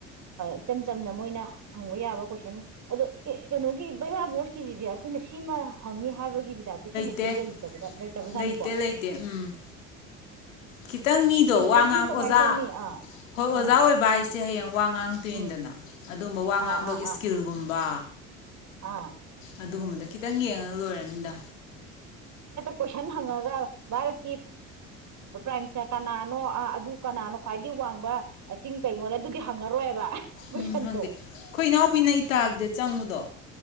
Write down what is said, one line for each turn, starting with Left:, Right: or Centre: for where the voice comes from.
Right: ꯏꯆꯝ ꯆꯝꯅ ꯃꯣꯏꯅ ꯍꯪꯕ ꯌꯥꯕ ꯀꯣꯏꯁꯟ ꯑꯗꯣ ꯀꯩꯅꯣꯒꯤ ꯕꯩꯔꯥ ꯕꯣꯁꯀꯤꯁꯤꯗꯤ ꯑꯩꯈꯣꯏꯅ ꯁꯤꯃ ꯍꯪꯅꯤ ꯍꯥꯏꯕꯒꯤ ꯁꯨꯝꯕꯗꯤ
Left: ꯇꯦ
Right: ꯂꯩꯇꯕ ꯂꯩꯇꯕꯖꯥꯠꯅꯤꯀꯣ
Left: ꯂꯩꯇꯦ ꯂꯩꯇꯦ ꯎꯝ ꯈꯤꯇꯪ ꯃꯤ ꯗꯣ
Right: ꯏꯟꯇꯔꯚꯤꯌꯨ
Left: ꯋꯥ ꯉꯥꯡ
Right: ꯀꯃꯥꯏ
Left: ꯑꯣꯖꯥ
Right: ꯆꯪꯅꯤ ꯑꯥ
Left: ꯍꯣꯏ ꯑꯣꯖꯥ
Right: ꯑꯥ
Left: ꯑꯣꯏꯕ ꯍꯥꯏꯁꯦ ꯍꯌꯦꯡ ꯋꯥ ꯉꯥꯡ ꯇꯨꯏꯗꯅ
Right: ꯎꯝ
Left: ꯑꯗꯨꯒꯨꯝꯕ ꯋꯥ ꯉꯥꯡꯕꯒꯤ
Right: ꯑꯥ ꯑꯥ
Left: ꯏꯁꯀꯤꯜꯒꯨꯝꯕ
Right: ꯑꯥ ꯑꯥ
Left: ꯑꯗꯨꯒꯨꯝꯕꯗ ꯈꯤꯇꯪ ꯌꯦꯡꯉꯒ ꯂꯣꯏꯔꯅꯤꯗ
Right: ꯀꯣꯏꯁꯟ ꯍꯪꯉꯒ ꯚꯥꯔꯠꯀꯤ ꯄ꯭ꯔꯥꯏꯝ ꯃꯤꯅꯤꯁꯇꯔ ꯀꯅꯥꯅꯣ ꯑꯗꯨ ꯀꯅꯥꯅꯣ ꯈ꯭ꯋꯥꯏꯗꯒꯤ ꯋꯥꯡꯕ ꯆꯤꯡ ꯀꯩꯅꯣ ꯑꯗꯨꯒꯤ ꯍꯪꯉꯔꯣꯏꯕ ꯀꯣꯏꯁꯟꯗꯣ
Left: ꯎꯝ ꯍꯪꯗꯦ ꯑꯩꯈꯣꯏ ꯏꯅꯥꯎꯄꯤꯅ ꯏꯇꯥꯒꯤꯗ ꯆꯪꯉꯨꯗꯣ